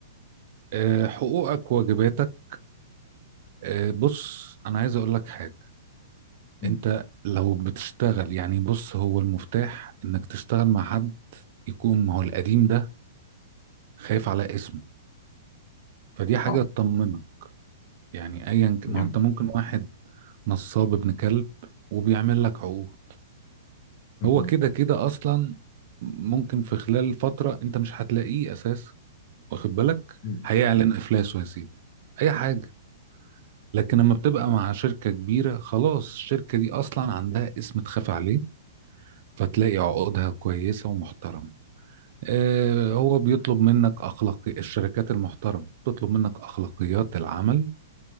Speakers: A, on the right (about 50°); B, on the left (about 35°).
A: أه حقوقك واجباتك أه بص أنا عايز أقول لك حاجة
B: م،
A: انت لو بتشتغل يعني بص هو المفتاح انك تشتغل مع حد يكون ما هو القديم ده خايف على اسمه فدي حاجة
B: أه
A: تطمنك يعني أيا ك- ما
B: جميل
A: هو أنت ممكن واحد نصاب ابن كلب وبيعمل لك عقود
B: مهم.
A: هو كده كده أصلا ممكن في خلال فترة أنت مش هتلاقيه أساس واخد بالك
B: مم.
A: هيعلن إفلاسه يا سيدي أي حاجة لكن لما بتبقى مع شركة كبيرة خلاص الشركة دي أصلا عندها اسم تخاف عليه فتلاقي عقودها كويسة ومحترمة آه هو بيطلب منك أخلاقي الشركات المحترمة بتطلب منك أخلاقيات العمل